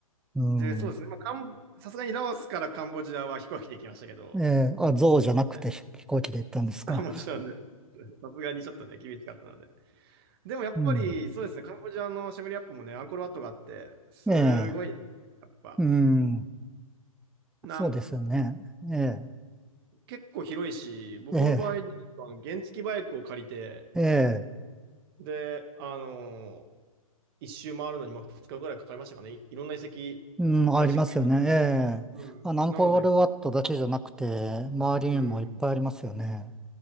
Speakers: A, in the centre; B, on the right.
A: うん。
B: で、そうですね。まあ、カンさすがにラオスからカンボジアは飛行機で行きましたけど、
A: ええあ、象じゃなくて飛飛行機で行ったんですか。
B: はいあ、もちろんです。さすがにちょっとね、厳しかったので。でもやっぱり、
A: うん。
B: そうですね、カンボジアのシェムリアップもね、アンコールワットがあって、すごい、
A: ええ
B: やっぱ、
A: うん。
B: なん
A: そうですよね。ええ
B: 結構広いし、僕の場合、
A: ええ
B: あの原付バイクを借りて、
A: ええ
B: で、あのー一周回るのに、まあ、2日ぐらいかかりましたかね。い、いろんな遺跡、
A: うん、
B: まあ、
A: ありますよね。
B: じっくりやって。
A: ええあの、
B: うん。
A: アンコールワットだけじゃなくて、
B: なので、
A: 周りにもいっぱいありますよね。
B: うん、